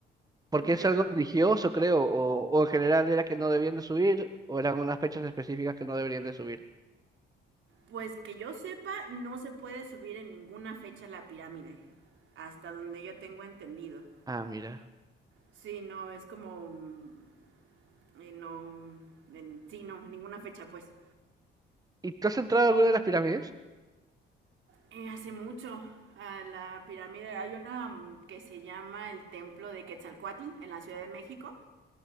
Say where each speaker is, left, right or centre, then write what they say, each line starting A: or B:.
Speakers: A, on the right; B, on the right.
A: porque es
B: Ya.
A: algo religioso, creo, o, o en general era que no debían de subir, o eran unas fechas específicas que no deberían de subir.
B: Pues que yo sepa, no se puede subir en ninguna fecha a la pirámide. Hasta donde yo tengo entendido.
A: Ah, mira.
B: Sí, no, es como... mm, eh, no, en- sí, no, ninguna fecha, pues.
A: ¿Y tú has entrado a alguna de las pirámides?
B: Eh, hace mucho, a la pirámide, hay una mm, que se llama el Templo de Quetzalcoatl en la Ciudad de México.